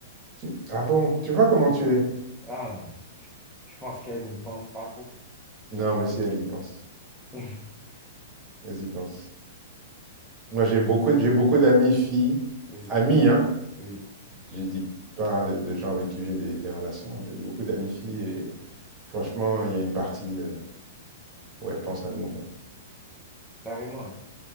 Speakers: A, on the right; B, in the centre.
A: Tu- ah bon, tu vois comment tu es?
B: ah non, je, je pense qu'elles n'y pensent pas trop.
A: Non, mais si, elle y pense.
B: <laughs>
A: Elle y pense. Moi, j'ai beaucoup, j'ai beaucoup d'amis filles,
B: Oui,
A: amis, hein.
B: oui,
A: Je dis pas de, de gens avec qui j'ai des, des relations. J'ai beaucoup d'amis filles et franchement, il y a une partie euh, où elles pensent à nous, quoi.
B: carrément. hein.